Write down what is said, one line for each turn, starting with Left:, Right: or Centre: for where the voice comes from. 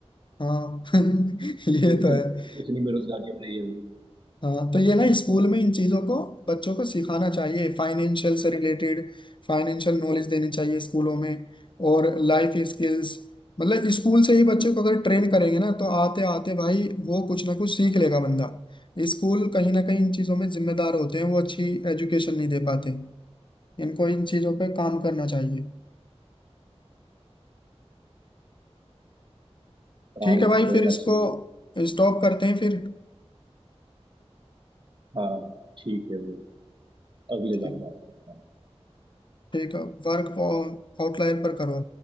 Left: हाँ <laughs> ये
Right: उतन,
Left: तो है
Right: उतनी बेरोजगारी अब रही है
Left: हाँ तो ये ना स्कूल में इन चीजों को बच्चों को सिखाना चाहिए फाइनेंशियल से रिलेटेड फाइनेंशियल नॉलेज देनी चाहिए स्कूलों में और लाइफ स्किल्स मतलब स्कूल से ही बच्चे को अगर ट्रेन करेंगे ना तो आते आते भाई वो कुछ ना कुछ सीख लेगा बंदा स्कूल कहीं ना कहीं इन चीजों में जिम्मेदार होते हैं वो अच्छी एजुकेशन नहीं दे पाते इनको इन चीजों पे काम करना चाहिए
Right: आराम
Left: ठीक है भाई
Right: से पढ़ना
Left: फिर इसको
Right: चाहिए
Left: स्टॉप करते हैं फिर
Right: हाँ ठीक है वो अगले
Left: ठीक
Right: बार बात करते हैं
Left: ठीक है वर्क आउटलायर पर करो